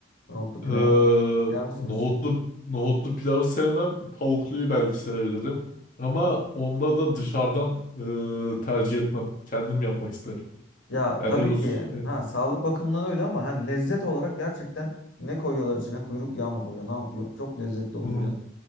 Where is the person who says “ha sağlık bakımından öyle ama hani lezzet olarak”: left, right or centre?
Left